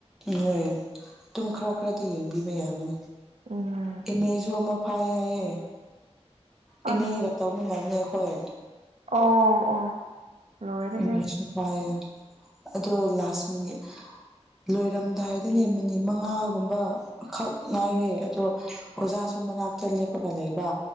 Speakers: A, in the centre; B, on the right.
A: ꯍꯣꯏ ꯑꯗꯨꯝ ꯈꯔ ꯈꯔꯗꯤ ꯌꯦꯡꯕꯤꯕ ꯌꯥꯕꯅꯤ
B: ꯎꯝ
A: ꯑꯦꯝ ꯑꯦꯁꯨ ꯑꯃ ꯐꯥꯏ ꯍꯥꯏꯌꯦ ꯑꯦꯝ
B: ꯑꯁ
A: ꯑꯦꯒ ꯇꯧꯃꯤꯟꯅꯕꯅꯦ ꯑꯩꯈꯣꯏ
B: ꯑꯣ ꯑꯣ ꯂꯣꯏꯔꯦꯍꯦ
A: ꯏꯃꯦꯁꯨ ꯐꯥꯏꯌꯦꯦ ꯑꯗꯣ ꯂꯥꯁ ꯃꯤꯅꯤꯠ ꯂꯣꯏꯔꯝꯗꯥꯏꯗꯅꯦ ꯃꯤꯅꯤꯠ ꯃꯉꯥꯒꯨꯝꯕ ꯈꯛ
B: ꯎꯝ
A: ꯉꯥꯏꯔꯦ ꯑꯗꯣ ꯑꯣꯖꯥꯁꯨ ꯃꯅꯥꯛꯇ ꯂꯦꯞꯄꯒ ꯂꯩꯕ